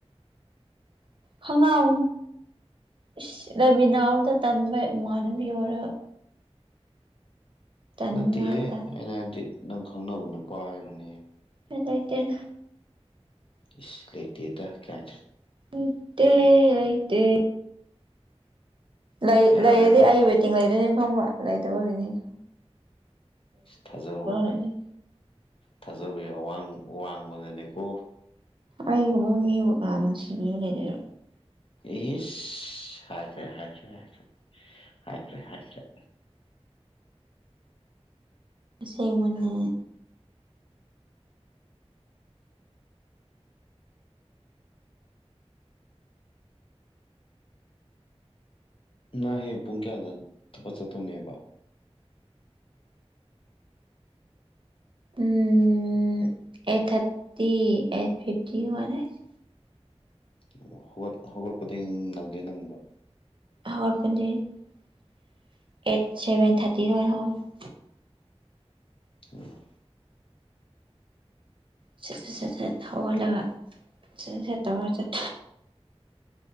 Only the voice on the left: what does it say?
ꯅꯠꯇꯦꯍꯦ
ꯑꯩꯅ ꯍꯥꯏꯕꯗꯤ ꯅꯪ ꯈꯪꯅꯕ ꯅꯨꯄꯥ ꯍꯥꯏꯕꯅꯤꯍꯦ
ꯏꯁ ꯂꯩꯇꯦꯗ ꯀꯥꯏꯅꯥ
ꯌꯥꯔꯦꯉꯣ
ꯊꯥꯖꯕ
ꯊꯥꯖꯕ ꯑꯋꯥꯡ ꯋꯥꯡ ꯋꯥꯡꯕꯅꯅꯦꯀꯣ
ꯏꯁ ꯍꯥꯏꯈ꯭ꯔꯦ ꯍꯥꯏꯈ꯭ꯔꯦ ꯍꯥꯏꯈ꯭ꯔꯦ ꯍꯥꯏꯈ꯭ꯔꯦ ꯍꯥꯏꯈ꯭ꯔꯦ
ꯅꯪ ꯍꯌꯦꯡ ꯄꯨꯡ ꯀꯌꯥꯗ ꯊꯥꯕꯀ ꯆꯠꯇꯣꯏꯅꯦꯕ
ꯑꯣ ꯍꯧꯒꯠ ꯍꯧꯒꯠꯄꯗꯤꯡ ꯅꯪꯗꯤ ꯅꯪꯕ꯭ꯔꯣ
ꯎꯝ